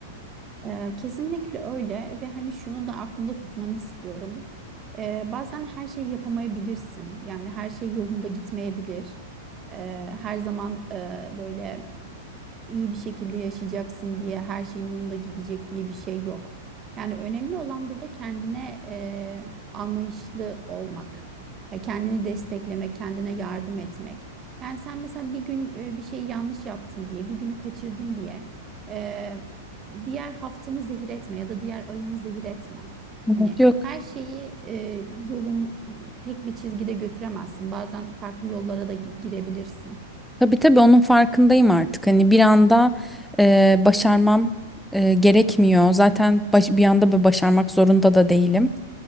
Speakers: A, on the right; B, in the centre.
A: Ee, kesinlikle öyle ve hani şunu da aklında tutmanı istiyorum. Ee, bazen her şeyi yapamayabilirsin. Yani her şey yolunda gitmeyebilir. Ee, her zaman e, böyle iyi bir şekilde yaşayacaksın diye her şeyin yolunda gidecek diye bir şey yok. Yani önemli olan burada kendine eee, anlayışlı olmak, Ya kendini desteklemek, kendine yardım etmek. Yani sen mesela bir gün e, bir şey yanlış yaptın diye, bir günü kaçırdın diye eee, diğer haftanı zehir etme ya da diğer ayını zehir etme.
B: Evet.
A: Hani
B: Yok.
A: her şeyi e, yolun tek bir çizgide götüremezsin. Bazen farklı yollara da gi- girebilirsin.
B: Tabii tabii onun farkındayım artık. Hani bir anda e, başarmam e, gerekmiyor. Zaten baş- bir anda böyle başarmak zorunda da değilim.